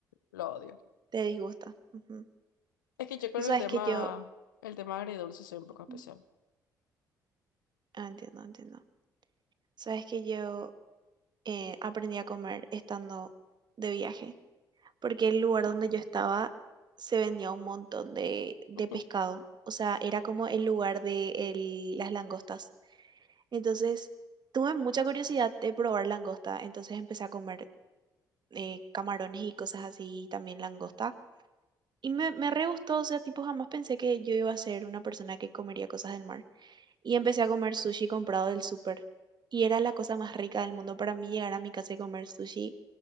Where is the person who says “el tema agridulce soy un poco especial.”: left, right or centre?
Left